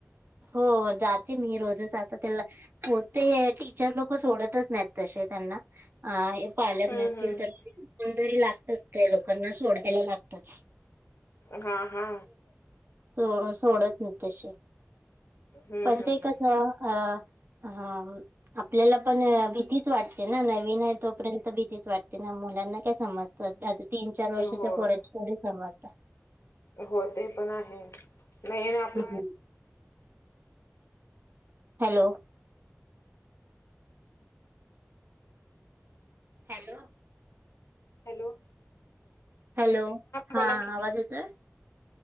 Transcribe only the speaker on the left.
हम्म
हम्म
हा हा
हम्म
हम्म
होय
हो ते पण आहे. मेन आपला
आहे
हॅलो.
बोला की